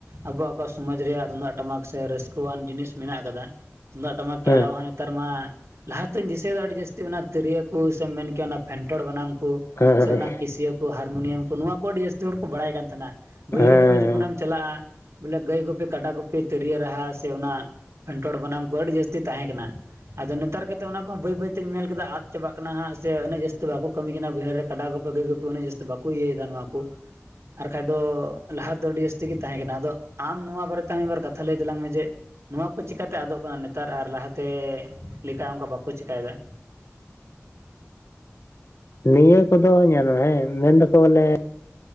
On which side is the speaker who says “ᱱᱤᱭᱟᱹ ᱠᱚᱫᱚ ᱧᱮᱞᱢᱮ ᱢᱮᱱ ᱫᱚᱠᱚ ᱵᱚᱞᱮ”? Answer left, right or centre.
Left